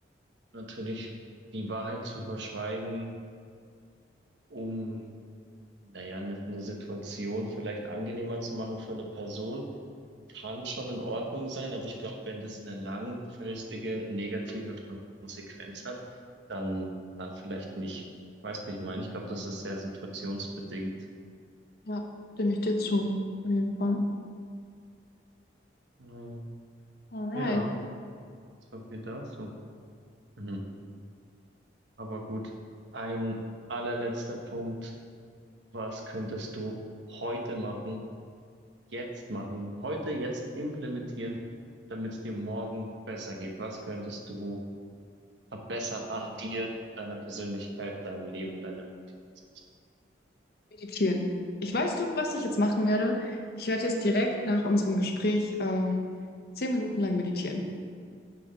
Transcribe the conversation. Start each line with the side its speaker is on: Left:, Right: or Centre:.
Right: natürlich die Wahrheit zu verschweigen, um, naja, eine eine Situation vielleicht angenehmer zu machen für eine Person, kann schon in Ordnung sein, aber ich glaube, wenn das eine langfristige negative Konsequenz hat, dann, dann vielleicht nicht. Weißt du, wie ich meine? Ich glaube, das ist sehr situationsbedingt.
Left: Ja, stimme ich dir zu, auf jeden Fall.
Right: Naja,
Left: Alright,
Right: Ja, so viel dazu. Mhm. Aber gut, ein allerletzter Punkt. Was könntest du heute machen, jetzt machen, heute jetzt implementieren, damit es dir morgen besser geht? Was könntest du verbessern an dir, deiner Persönlichkeit, deinem Leben, deiner Routine, sonst
Left: meditieren. Ich weiß du, was ich jetzt machen werde. Ich werde jetzt direkt nach unserem Gespräch ähm, zehn Minuten lang meditieren.